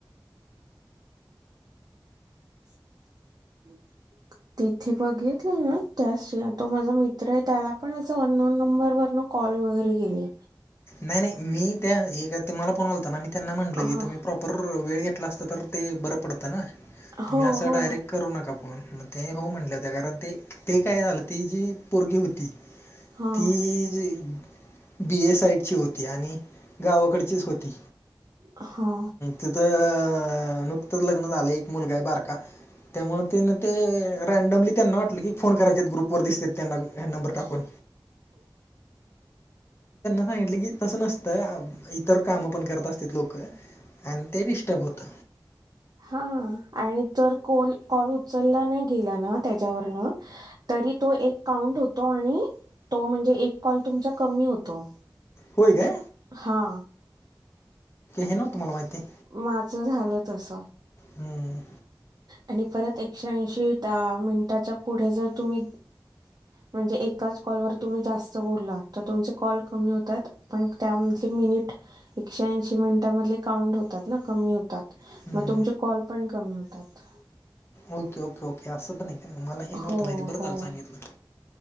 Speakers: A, on the right (about 55°); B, on the left (about 30°).
A: <unintelligible> तिथे बघितलं ना त्या तो माझा मित्र आहे त्याला पण अस अननोन नंबर वर कॉल वगैरे केली
B: नाही नाही मी त्या मला फोन आलता ना मी त्यांना म्हटलं
A: हा
B: की तुम्ही प्रॉपर वेळ घेतला अस तर ते बरं पडतं ना
A: हो
B: तुम्ही असं
A: हो
B: डायरेक्ट करू नका फोन मग ते हो म्हटल्या होत्या कारण ते ते काय झालं ती जी पोरगी होती
A: हा
B: ती बी आणि गावाकडचीच होती
A: हा
B: तिथं अ नुकतंच लग्न झालंय एक मुलगा आहे बारका त्यामुळ त्यांना ते रॅंडमली त्यांना वाटलं की फोन करायचा ग्रुप वर दिसतात त्यांना नंबर टाकून हा म्हटलं की तसं नसतं इतर काम पण करत असतात लोक आणि ते डिस्टर्ब होत
A: हा आणि तर कॉल उचलला नाही गेला ना त्याच्यावरुन तरी तो एक काउंट होतो आणि तो म्हणजे कॉल तुमचा कमी होतो
B: होय काय
A: हा
B: हे ना तुम्हाला माहिती आहे
A: माझं झालं तस
B: हम्
A: आणि परत एकशे ऐंशी मिनिटाच्या पुढे जर तुम्ही म्हणजे एकाच कॉल वर तुम्ही जास्त बोलला तर तुमचे कॉल कमी होत आहेत आणि त्यामधील मिनिट एकशे ऐंशी मिनिटमध्ये काउंट होतात ना कमी होतात
B: हम्म.
A: मग तुमचे कॉल पण कमी होतात
B: ओके ओके ओके असं पण नाही का मला हे नव्हतं
A: हो
B: माहिती बरं
A: हो
B: झालं सांगितलं